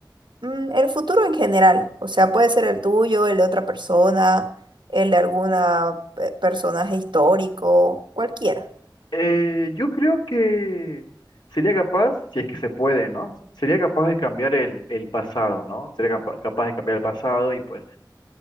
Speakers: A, on the right; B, on the left.
A: Mm, El futuro en general, o sea, puede ser el tuyo, el de otra persona, el de alguna pe- personaje histórico, cualquiera.
B: Eh, yo creo que sería capaz, si es que se puede, ¿no? Sería capaz de cambiar el, el pasado, ¿no? Sería capa- capaz de cambiar el pasado y pues